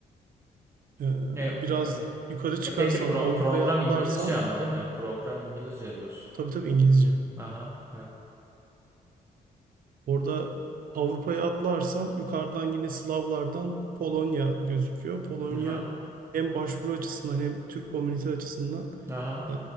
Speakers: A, on the right; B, on the right.
A: E,
B: E,
A: biraz
B: evet.
A: yukarı çıkarsam
B: E peki pro-
A: Avrupa'ya
B: program
A: atlarsam
B: İngilizce ama değil mi? Program İngilizce diyorsun.
A: tabii tabii İngilizce.
B: Aha evet.
A: Orada Avrupa'ya atlarsam yukarıdan yine Slavlardan Polonya gözüküyor. Polonya
B: Aha
A: hem başvuru açısından hem Türk komünite açısından
B: aha
A: e,